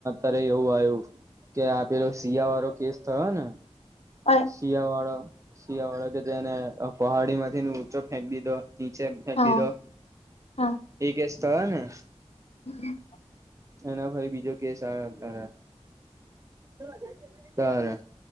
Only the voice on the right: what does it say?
અરે એવું આવ્યું કે આપ પેલો શિયા વાળો કેસ થયો ને
શિયા વાળો શિયા વાળો કે જેને પહાડી માંથી નીચો ફેંકી દીધો નીચે ફેંક
દીધો
એ કેસ થયો ને
એના પઈ બીજો કેસ આયો અત્યારે